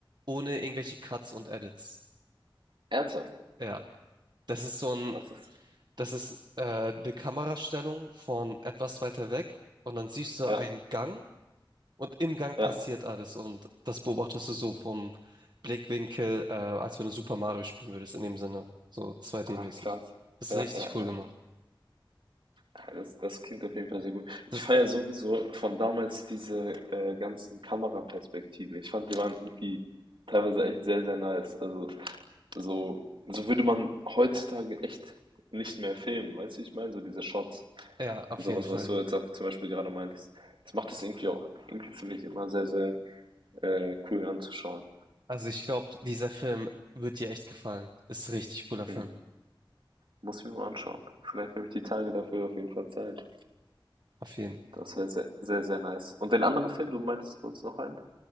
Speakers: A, on the right (about 55°); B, on the right (about 70°).
A: ohne irgendwelche Cuts und Edits.
B: <laughs> Ernsthaft?
A: Ja, das ist so ein,
B: Das ist,
A: das ist äh, eine Kamerastellung von etwas weiter weg und dann siehst du
B: ja,
A: einen Gang und im Gang
B: ja.
A: passiert alles und das beobachtest du so vom Blickwinkel, äh, als wenn du Super Mario spielen würdest, in dem Sinne, so 2D-mäßig.
B: Ach, krass.
A: Das
B: Ja,
A: ist richtig
B: ja,
A: cool
B: ja.
A: gemacht.
B: Ja, Das, das klingt auf jeden Fall sehr gut. Ich
A: Das,
B: feiere sowieso von damals diese äh, ganzen Kameraperspektiven. Ich fand, die waren irgendwie teilweise echt sehr, sehr nice. Also so, so würde man heutzutage echt nicht mehr filmen, weißt du, wie ich meine? So diese Shots,
A: Ja, auf
B: sowas,
A: jeden Fall.
B: was du jetzt auch zum Beispiel gerade meintest. Das macht es irgendwie auch, irgendwie finde ich immer sehr, sehr äh, cool anzuschauen.
A: Also ich glaube, dieser Film wird dir echt gefallen. Ist ein richtig cooler Film.
B: Hm. Muss ich mir mal anschauen. Vielleicht habe ich die Tage dafür auf jeden Fall Zeit.
A: Auf jeden.
B: Das wäre sehr, sehr, sehr nice. Und den anderen Film, du meinst, du hast noch einen?